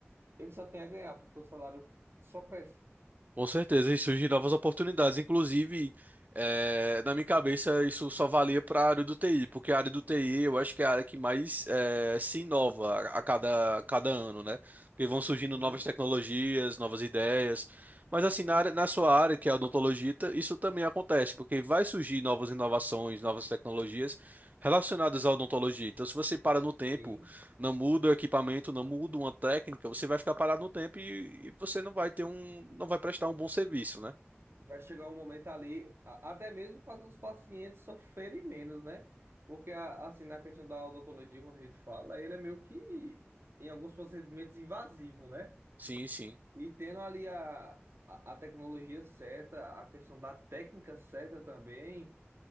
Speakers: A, on the right; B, on the right.
A: ele só tem a ganhar, porque o salário só cresce.
B: Com certeza, e surgem novas oportunidades. Inclusive, eh, na minha cabeça, isso só valia para a área do TI, porque a área do TI eu acho que é a área que mais eh, se inova a a cada, a cada ano, né? Porque vão surgindo
A: Uhum.
B: novas tecnologias, novas ideias. Mas assim, na área, na sua área, que é a odontologia, isso também acontece, porque vai surgir novas inovações, novas tecnologias relacionadas à odontologia. Então, se você para no tempo
A: Sim.
B: não muda o equipamento, não muda uma técnica, você vai ficar parado no tempo e, e você não vai ter um, não vai prestar um bom serviço, né?
A: Vai chegar um momento ali, a- até mesmo fazer os pacientes sofrerem menos, né? Porque, a- assim, na questão da odontologia, quando a gente fala, ele é meio que, em alguns procedimentos, invasivo, né?
B: Sim, sim,
A: E tendo ali a, a, a tecnologia certa, a questão da técnica certa também,